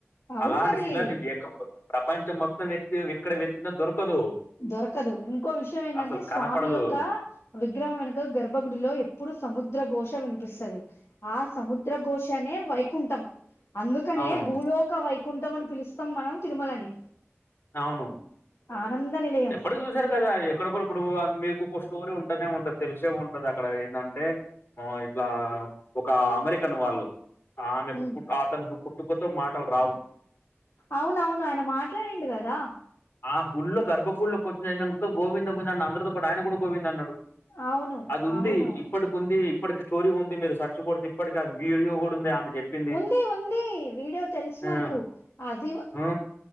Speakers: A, on the left (about 70°); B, on the left (about 55°).
A: అవును
B: అలాంటి
A: మరి
B: శిలా నీ వేకపోతు ప్రపంచం మొత్తం వ్యక్తి ఎక్కడ వెతికినా దొరకదు
A: దొరక కదు ఇంకో విషయం ఏందంటే
B: అసలు
A: స్వామి
B: కనపడదు
A: యొక్క విగ్రహం వెనుక గర్భగుడిలో ఎప్పుడు సముద్ర గోష్ వినిపిస్తది ఆ సముద్ర గోశానే వైకుంఠం అందుకనే
B: అవును
A: భూలోక వైకుంఠం అని పిలుస్తాం మనం తిరుమలని
B: అవును
A: ఆనంద నిలయం
B: ఎప్పటికి చూసారు కదా ఎక్కడ కూడా ఇప్పుడు అందు మీకు కొక స్టోరీ ఉంటానే ఉంటది తెలిసే ఉంటది అక్కడ ఏందంటే ఆ ఇట్లా ఒక అమెరికన్ వాళ్ళు ఆమెకు
A: ఉమ్.
B: పు అతనకు పుట్టుకతో మాటలు రావు
A: అవునవును ఆయన మాట్లాడిండు కదా
B: ఆ గుళ్లో గర్భగుల్లోకి వచ్చిన ఇంకా గోవింద గోవింద అందరితో పాటి ఆయన కూడా గోవింద్ అన్నాడు
A: అవును
B: అది ఉంది
A: అవును
B: ఇప్పటికి ఉంది ఇప్పటికి స్టోరీ ఉంది మీరు సర్చు కొడితే ఇప్పటికి అది వీడియో కూడా ఉంది ఆమె చెప్పింది
A: ఉంది ఉంది వీడియో తెలుసు
B: ఆ
A: నాకు అది
B: ఆ